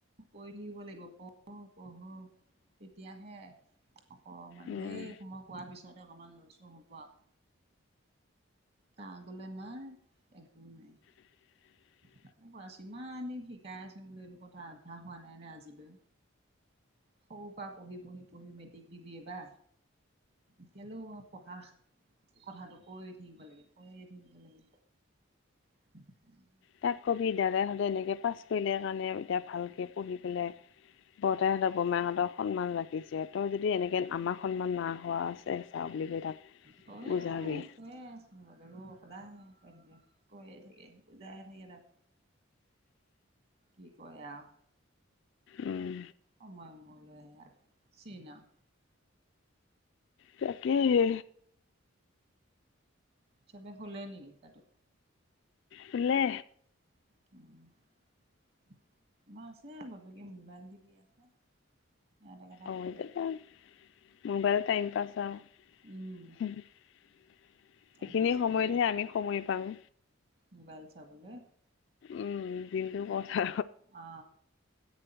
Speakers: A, on the right; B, on the left.
A: কৈ থাকিব লাগিব পঢ় অ পঢ় অ। তেতিয়াহে অকমান
B: উম,
A: ধেই সময় কোৱাৰ পিছত, তাতে অকণমান লৰ চৰ হ'ব আউ, তাৰ আগলৈ নাই একো নাই,
B: <inaudible>
A: তাকে কৈ আছো ইমান দিন শিকাই আছো বেলো এইটো কথা অভ্যাস হোৱা নাই ন আজিলৈ, সৰু পৰা পঢ়ি পঢ়ি পঢ়ি মেট্ৰিক দিবি এ বা, এতিয়ালৈও পঢ়া কথাটো কৈয়ে থাকিব লাগে কৈয়ে থাকিব লাগে। <inaudible>
B: তাক কবি দাদাই সঁতে এনেকৈ পাছ কৰিলে কাৰণে এতিয়া ভালকৈ পঢ়ি পেলাই, বৰতাহঁতৰ বোমাহঁতৰ সন্মান ৰাখিছে তই যদি এনেকে আমাৰ সন্মান ম না হোৱা আছে চাও বুলি, কৈ থাক
A: কৈয়েই
B: বুজাবি
A: কৈয়েই আছ মোৰ বাপেকো সদায় কৈ থাকে কৈয়ে থাকে বুজায়ে থাকে তাক। কি কয় আৰু,
B: উম,
A: সময় মূলৈহে আৰু চিনাওঁ,
B: তাকেহে,
A: চবে শুলে নেকি তাতে,
B: শুলে,
A: <inaudible> আমাৰ আছে বাপেকে মোবাইল টিপি আছে। এটাক এটা
B: আৰুতি
A: শুলে
B: মোবাইল টাইম পাছ আৰু,
A: উম
B: এইখিনি
A: টাইম পাছত
B: সময়তহে
A: লাগিছে
B: আমি সময় পাওঁ।
A: মোবাইল চাবলৈ,
B: উম দিনটো কথা।
A: অ